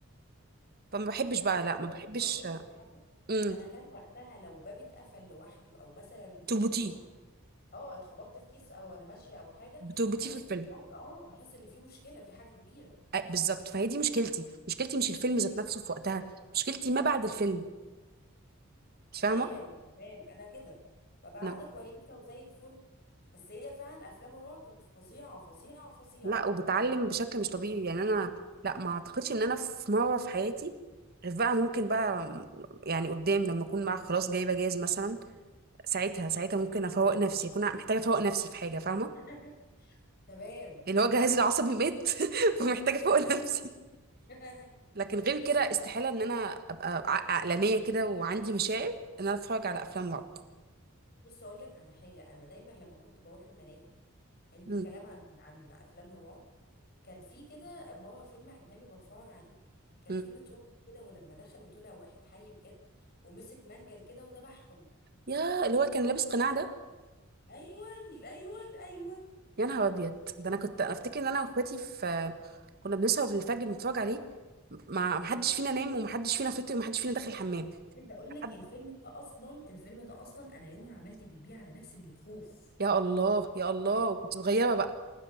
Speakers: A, on the right; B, on the left.
A: فما بحبش بقى لا
B: اقول
A: ما
B: لك
A: بحبش
B: اقول لك على حاجه
A: امم
B: انا كان وقتها لو باب اتقفل لوحده او مثلا
A: بتربطيه
B: اتخبطت اه اتخبطت في كيس او انا ماشيه او حاجه
A: بتربطيه
B: بحس
A: في الفيلم
B: خلاص اه بحس ان في مشكله في حاجه كبيره
A: أي بالظبط فهي دي مشكلتي مشكلتي مش الفيلم ذات نفسه في وقتها مشكلتي ما بعد الفيلم انت
B: تمام
A: فاهمه
B: تمام انا كده ببقى قاعده
A: انا
B: كويسه وزي الفل بس هي فعلا افلام الرعب فظيعه فظيعه فظيعه
A: لا وبتعلم بشكل مش طبيعي يعني انا لا ما اعتقدش ان انا في مره في حياتي غير بقى ممكن بقى يعني قدام لما اكون بقى خلاص جايبه جاز مثلا ساعتها ساعتها ممكن افوق نفسي اكون محتاجه افوق نفسي في حاجه فاهمه
B: <laughs> تمام
A: لان هو جهازي العصبي مات <laughs> فمحتاجه افوق نفسي
B: <laughs>
A: لكن غير كده استحاله ان انا ابقى ع- عقلانيه كده وعندي مشاعر ان انا اتفرج على افلام رعب
B: بص اقول لك على حاجه انا دايما لما كنت بروح الملاهي يعني بالكلام
A: مم.
B: عن عن افلام الرعب كان في كده مره فيلم اجنبي بتفرج عليه كان
A: مم.
B: في بيت رعب كده ولما دخلوا طلع واحد حي بجد ومسك منجل كده وذبحهم
A: يا اللي هو كان لابس قناع ده
B: ايوه ايوه ايوه
A: يا نهار ابيض ده انا كنت انا افتكر ان انا واخواتي في كنا بنسهر في الفجر بنتفرج عليه ما محدش فينا نام ومحدش فينا فطر ومحدش فينا داخل الحمام
B: عايزه اقول
A: حد
B: لك الفيلم ده اصلا الفيلم ده اصلا انا يومها عملت بيبي على نفسي من الخوف
A: يا الله يا الله وكنت صغيره بقى